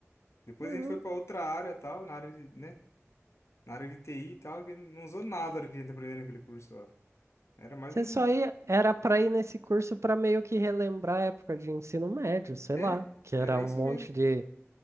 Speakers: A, on the left (about 65°); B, on the right (about 65°).
A: Depois
B: Não.
A: a gente foi para outra área, tal, na área de, né? Na área de TI e tal, que não usou nada do que a gente aprendeu naquele curso lá. Era mais
B: Você
A: um.
B: só ia, era pra ir nesse curso pra meio que relembrar a época de ensino médio, sei
A: É,
B: lá, que
A: era
B: era
A: isso
B: um monte
A: mesmo.
B: de,